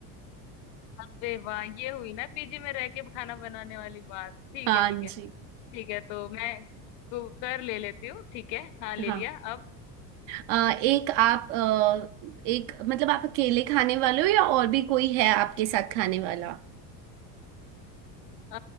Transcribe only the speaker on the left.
अरे वाह ये हुई ना पीजी में रह के खाना बनाने वाली बात ठीक
है ठीक है
ठीक है तो मैं कुकर ले लेती हूँ ठीक है हाँ ले
लिया अब
अ,